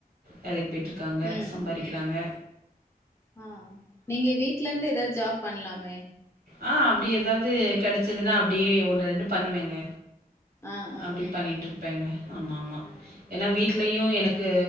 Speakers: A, on the right; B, on the left.
A: வேலைக்கு போய்ட்ருக்காங்க
B: ம்
A: சம்பாரிக்கிறாங்க
B: ஆ நீங்க வீட்ல இருந்தே ஏதது ஜாப் பண்லாமே
A: ஆ, அப்டி ஏதாவது கெடைச்சதுன்னா அப்டியே ஒண்ணு ரெண்டு பண்ணுவேங்க
B: ஆ ஆ
A: அப்டி பண்ணிட்ருப்பேங்க ஆமா ஆமா
B: ஆ
A: ஏனா வீட் ட்லயு எனக்கு